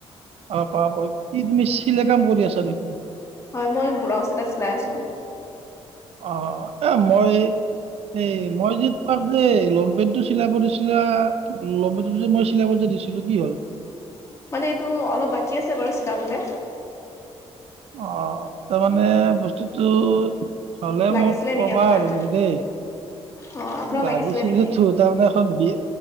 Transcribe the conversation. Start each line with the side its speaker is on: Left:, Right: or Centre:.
Right: অ প প কি তুমি চিলাই কাম কৰি আছা নেকি?
Left: হয় মই ব্লাউজ এটা চিলাই আছোঁ।
Right: অ' এ' মই এই মই যে তোমাক যে লংপেণ্টটো চিলাব দিছিলা লংপণ্টোটো যে মই চিলাব যে দিছিলো কি হ'ল?
Left: মানে এইটো অলপ বাকী আছে বাৰু চিলাবলে।
Right: অ' ত মানে বস্তুতোটো হ'লে
Left: লাগিছিলে
Right: মোক কবা
Left: নেকি আপোনাক?
Right: আৰু দেই
Left: অ' আপোনাক
Right: লাগিছিলে
Left: নেকি?
Right: টো তাৰমানে এখন বিয়া